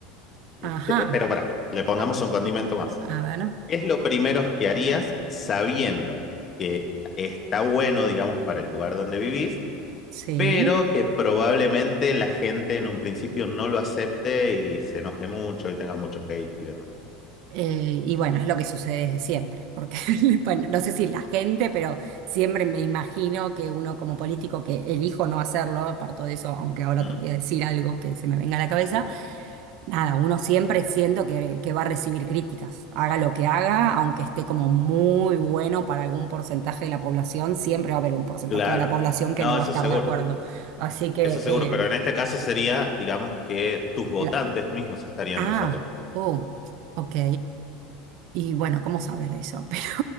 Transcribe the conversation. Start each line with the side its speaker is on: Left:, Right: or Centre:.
Left: Eh,
Right: Ajá,
Left: te- pero para, le pongamos un condimento más.
Right: a ver,
Left: ¿Qué es lo primero que harías sabiendo que está bueno, digamos, para el lugar donde vivís?
Right: sí.
Left: pero que probablemente la gente en un principio no lo acepte y se enoje mucho y tengas mucho hate y demás.
Right: Eh, y bueno, es lo que sucede siempre, porque <laughs> bueno, no sé si la gente, pero siempre me imagino que uno como político que elijo no hacerlo, parto de eso, aunque ahora
Left: Ujú,
Right: te voy a decir algo que se me venga a la cabeza,
Left: ujú.
Right: nada, uno siempre siento que, que va a recibir críticas, haga lo que haga, aunque esté como muy bueno para algún porcentaje de la población, siempre va a haber un porcentaje
Left: Claro.
Right: de la población que
Left: No,
Right: no va
Left: eso
Right: a estar
Left: seguro,
Right: de acuerdo. Así que,
Left: eso seguro,
Right: eh,
Left: pero en este caso sería, digamos, que tus votantes
Right: la-
Left: mismos estarían
Right: ah,
Left: en desacuerdo.
Right: oh, ok. Y bueno, ¿cómo saber eso? <laughs> Pero,